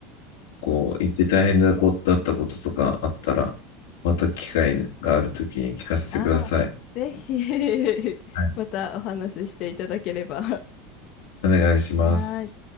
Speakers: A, on the left; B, on the left.
A: こう、行って大変なことだったこととかあったら、また機会があるときに聞かせてください。
B: ああ、ぜひ <laughs>
A: はい。
B: またお話ししていただければ。は
A: お願いします。
B: ーい。